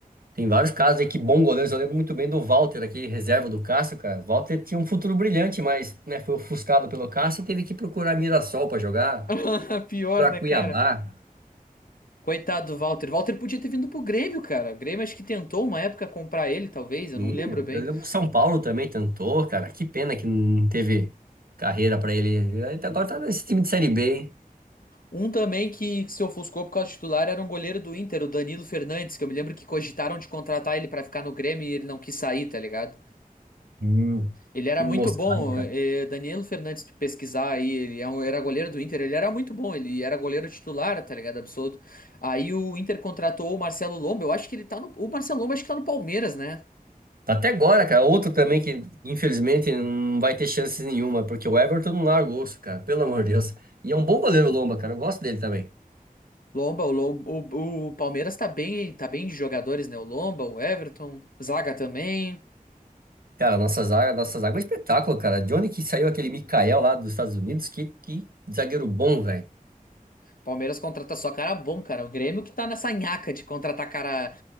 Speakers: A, on the right (about 75°); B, on the left (about 70°).
A: Tem vários casos aí que bons goleiros. Eu lembro muito bem do Walter, aquele reserva do Cássio, cara. Walter tinha um futuro brilhante, mas né, foi ofuscado pelo Cássio e teve que procurar Mirassol para jogar,
B: <laughs> Pior,
A: para
B: né,
A: Cuiabá.
B: cara? Coitado do Walter. Walter podia ter vindo pro Grêmio, cara. O Grêmio acho que tentou uma época comprar ele, talvez, eu
A: E
B: não lembro
A: eu
B: bem.
A: lembro que São Paulo também tentou, cara. Que pena que não teve carreira para ele. Ele tá- Agora tá nesse time de Série B, hein?
B: Um também que se ofuscou por causa do titular era um goleiro do Inter, o Danilo Fernandes, que eu me lembro que cogitaram de contratar ele pra ficar no Grêmio e ele não quis sair, tá ligado?
A: Hum.
B: Ele era
A: Que
B: muito
A: moscada,
B: bom,
A: cara.
B: eh, eh, Danilo Fernandes, se tu pesquisar aí, ele é um- era goleiro do Inter, ele era muito bom, ele era goleiro titular, tá ligado? Absoluto. Aí o Inter contratou o Marcelo Lomba, eu acho que ele tá no, o Marcelo Lomba acho que tá no Palmeiras, né?
A: Tá até agora, cara. Outro também que, infelizmente, não vai ter chances nenhuma, porque o Everton não largou, cara. Pelo amor de Deus. E é um bom goleiro, o Lomba, cara. Eu gosto dele também.
B: Lomba, o, Lom- o, o Palmeiras tá bem, tá bem de jogadores, né? O Lomba, o Everton, Zaga também.
A: Cara, nossa zaga, nossa zaga é um espetáculo, cara. De onde que saiu aquele Mikael lá dos Estados Unidos? Que, que zagueiro bom, velho.
B: Palmeiras contrata só cara bom, cara. O Grêmio que tá nessa nhaca de contratar cara,